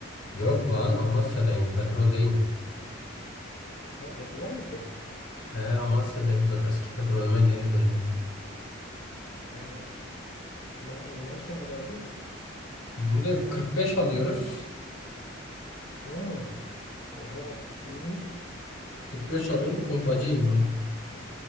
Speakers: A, on the left; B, on the left.
A: Yok lan Amasya'dayım, petroldeyim.
B: Ha petrole mi gitti?
A: He, Amasya'dayım. Pe- Eski petrolüme geri döndüm.
B: Ha, ma maaş ne kadardır?
A: Burada 45 alıyoruz.
B: Hı, oha iyiymiş.
A: 45 alıyorum. Pompacıyım mı?